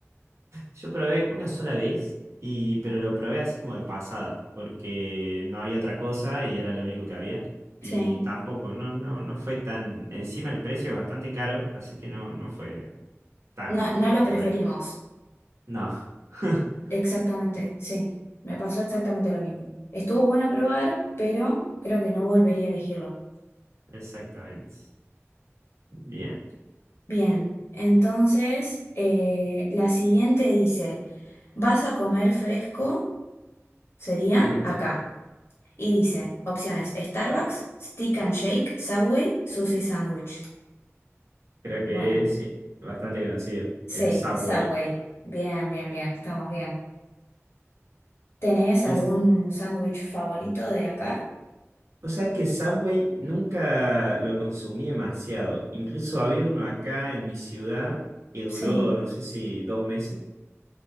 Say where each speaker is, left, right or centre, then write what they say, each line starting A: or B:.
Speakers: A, on the right; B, on the left.
A: Yo probé una sola vez, y, pero lo probé así como de pasada, porque no había otra cosa y era lo único que había.
B: Sí,
A: Y tampoco, no, no, no fue tan. Encima el precio es bastante caro, así que no, no fue tan
B: no, no lo
A: bueno.
B: preferimos.
A: No. <laughs>
B: Exactamente, sí, me pasó exactamente lo mismo. Estuvo bueno probar, pero creo que no volvería a elegirlo.
A: Exactamente. Bien.
B: Bien, entonces eh, la siguiente dice, ¿vas a comer fresco? Sería
A: en este
B: acá.
A: lugar.
B: Y dice, opciones, Starbucks, Stick and Shake, Subway, Sushi Sandwich.
A: Creo que
B: Bueno,
A: es sí, bastante conocido.
B: sí,
A: El Subway.
B: Subway. Bien, bien, bien, estamos bien. ¿Tenés
A: Es,
B: algún sándwich favorito de acá?
A: o sea, es que Subway nunca lo consumí demasiado. Incluso había uno acá en mi ciudad que duró,
B: Sí,
A: no sé si dos meses,